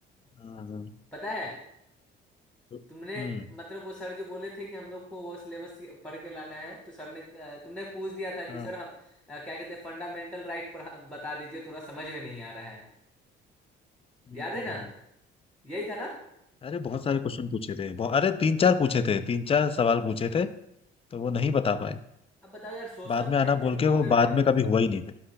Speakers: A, on the left (about 30°); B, in the centre.
A: हाँ हाँ
B: पता है
A: तो-
B: तुमने
A: हम्म
B: मतलब वो सर जो बोले थे कि हम लोग को वो सिलेबस पढ़ के लाना है तो सर ने अ, तुमने पूछ दिया था कि
A: हाँ
B: सर हम अ, क्या कहते हैं फंडामेंटल राइट पढ़ा बता दीजिए थोड़ा समझ में नहीं आ रहा है
A: हम्म
B: याद
A: हम्म,
B: है ना
A: हम्म।
B: यही था ना
A: अरे बहुत सारे क्वेश्चन पूछे थे बहु- अरे तीन चार पूछे थे तीन चार सवाल पूछे थे तो वो नहीं बता पाए
B: अब बताओ यार सोशल
A: बाद
B: साइंस
A: में आना बोल
B: के टीचर
A: के वो बाद
B: हैं
A: में कभी हुआ ही नहीं फिर